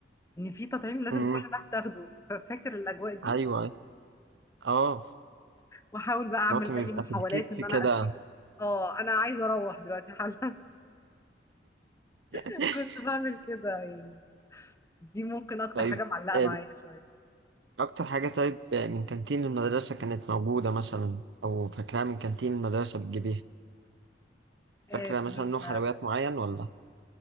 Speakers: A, on the left; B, on the right.
A: إن في تطعيم لازم
B: امم
A: كل الناس تاخده ففاكر الأجواء دي
B: أيوه أيوة. أه
A: وأحاول بقى أعمل
B: اللي هو كان
A: أي
B: بيبقى
A: محاولات
B: في الكتف
A: إن أنا
B: كده
A: أسيب آه أنا عايزة أروح دلوقتي حالا
B: <laughs>
A: <laughs> كنت بعمل كده يعني دي ممكن أكتر
B: طيب
A: حاجة معلقة
B: آه،
A: معايا شوية
B: أكتر حاجة طيب آه، من كانتين المدرسة كانت موجودة مثلا أو فاكراها من كانتين المدرسة بتجيبيها فاكرة
A: آه كنا
B: مثلا نوع حلويات معين ولا؟